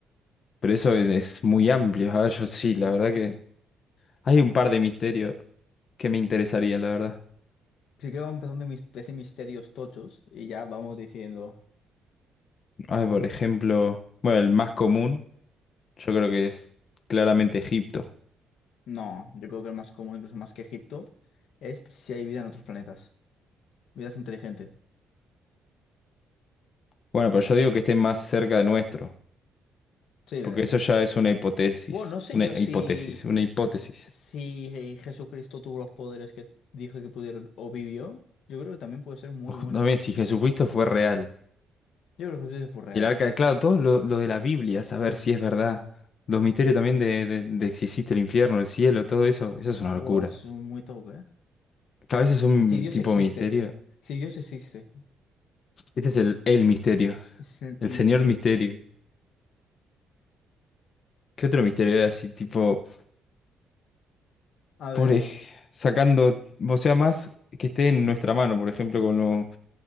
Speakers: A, on the left; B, on the left.
A: pero eso es muy amplio. A ver, yo sí, la verdad que hay un par de misterios que me interesarían, la verdad.
B: Así que vamos empezando mis 13 misterios tochos y ya vamos diciendo,
A: A ver, por ejemplo, bueno, el más común, yo creo que es claramente Egipto.
B: no, yo creo que el más común, incluso más que Egipto, es si hay vida en otros planetas. Vidas inteligentes.
A: Bueno, pero yo digo que esté más cerca de nuestro,
B: Sí, de-
A: porque eso ya es una hipótesis,
B: bueno, no sé
A: una
B: yo si,
A: hipótesis, una hipótesis.
B: si eh, Jesucristo tuvo los poderes que dijo que pudieron o vivió. Yo creo que también puede ser muy
A: Ojo,
B: buena.
A: También si Jesucristo fue real.
B: Yo creo que Jesucristo fue real.
A: El arca, claro, todo lo, lo de la Biblia, saber si es verdad. Los misterios también de, de, de si existe el infierno, el cielo, todo eso, eso es una
B: Buah,
A: locura.
B: eso es muy top, ¿eh?
A: Cada vez es un
B: Si Dios
A: tipo
B: existe.
A: de misterio.
B: Si Dios existe.
A: Este es el, el misterio,
B: Es el
A: el
B: misterio.
A: señor misterio. ¿Qué otro misterio era así, tipo,
B: A ver,
A: por ej- sacando, o sea, más que esté en nuestra mano, por ejemplo, con lo,